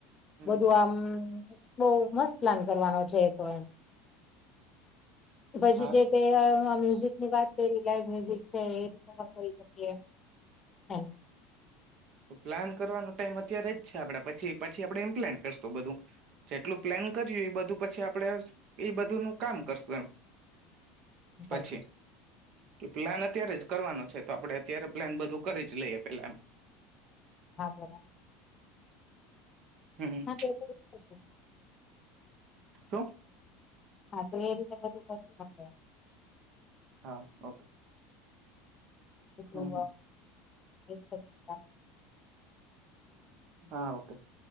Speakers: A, on the right; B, on the left.
A: હમ
B: બધું આમ બહ મસ્ત પ્લાન કરવાનો છે. તો. ભજી
A: હા
B: જે તે હ આ મ્યુઝિક ની વાત કરી લાઈવ મ્યુઝિક છે. સફર કરી શકીએ. <inaudible>
A: પ્લાન કરવાનો ટાઈમ અત્યારે જ છે આપણે પછી પછી આપડણે ઇમ્પ્લાન કરશું બધું જેટલું પ્લાન કર્યું એ બધું પછી આપણે એ બધું નું કામ કરશું એ. પછે.
B: થાય
A: પ્લાન અત્યારે જ કરવાનો છે તો આપડે અત્યારે પ્લાન બધું કરી જ લઈએ પેલા એમ.
B: હા બરા.
A: હમ
B: હાશે.
A: શું.
B: હા તો એ રીતે બધું કરચું. <inaudible>
A: હા ઓકે
B: <unintelligible>
A: હમ હમ
B: એ.
A: હા ઓકે.